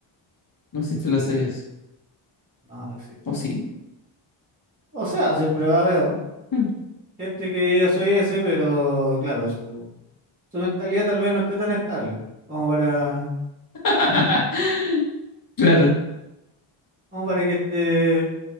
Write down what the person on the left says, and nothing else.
No existe las series.
¿O sí?
Mm.
<laughs>
Claro.